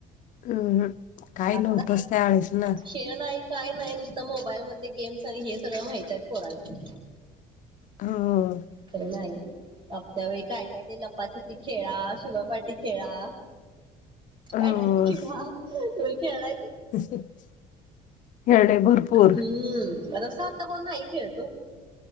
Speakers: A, on the left (about 55°); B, on the right (about 30°).
A: ऊ हू काय
B: आता
A: नव्हतच त्यावेळेस ना
B: खेळ नाही काय नाही नुसता मोबाईलमधले गेम्स आणि हे सगळं माहीत आहेत पोरांना.
A: हो.
B: खरं नाही. आपल्या वेळी काय काय ते लपाछपी खेळा, शिवापाटी खेळा,
A: हम्म.
B: ऍडमिट किडा तुम्ही खेळाय?
A: <unintelligible> खेळणे भरपूर
B: हुं आता सा आता कोण नाही खेळत ओ.